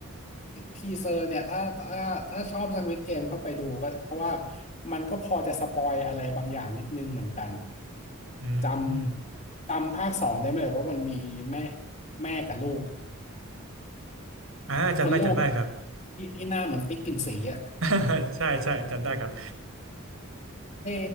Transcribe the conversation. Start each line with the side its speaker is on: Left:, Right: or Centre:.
Left: ทีเซอร์เนี่ยถ้าถ้าถ้าชอบ Squid Game ก็ไปดูก็เพราะว่ามันก็พอจะสปอยอะไรบางอย่างนิดนึงเหมือนกัน
Right: อืม
Left: จำจำภาคสองได้ไหมเอ่ยว่ามันมีแม่แม่กับลูก
Right: อ่าจำได้จำได้ครับ
Left: คนลูกที่ที่หน้าเหมือนปิ๊กกินสีอะ
Right: <laughs> ใช่ใช่จำได้ครับ
Left: ไอ้